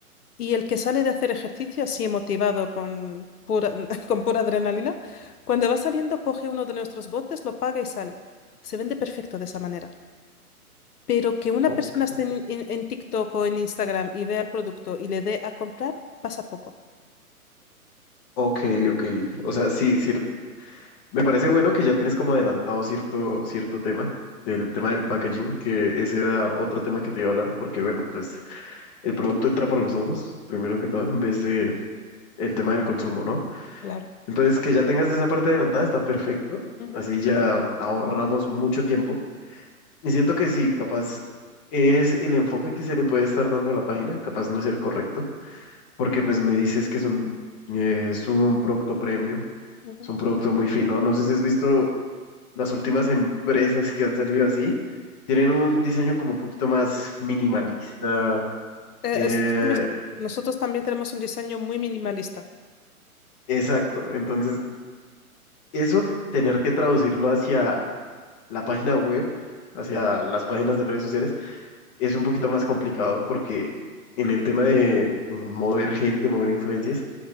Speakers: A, on the left; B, on the left.
A: Y el que sale de hacer ejercicio así motivado con pura, <laughs> con pura adrenalina, cuando va saliendo coge uno de nuestros botes, lo paga y sale. Se vende perfecto de esa manera. Pero que una
B: Ok,
A: persona esté en, en- en TikTok o en Instagram y vea el producto y le dé a comprar, pasa poco.
B: ok, ok. O sea, sí, cier- me parece bueno que ya tienes como adelantado cierto, cierto tema, del tema del packaging, que ese era otro tema que te iba a hablar, porque bueno, pues el producto entra por los ojos, primero que todo, en vez de, el tema del consumo, ¿no?
A: Claro.
B: Entonces, que ya tengas esa parte adelantada está perfecto.
A: Ujú,
B: Así ya ahorramos mucho tiempo. Y siento que sí, capaz es el enfoque que se le puede estar dando a la página, capaz no es el correcto, porque pues me dices que es un, eh, es un producto premium,
A: ujú.
B: es un producto muy fino. No sé si has visto las últimas empresas que han salido así, tienen un diseño como un poquito más minimalista.
A: Eh,
B: eh,
A: es- es lo mismo. Nosotros también tenemos un diseño muy minimalista.
B: exacto, entonces eso tener que traducirlo hacia la página web hacia las páginas de redes sociales es un poquito más complicado porque en el tema de mover gente, mover influencias,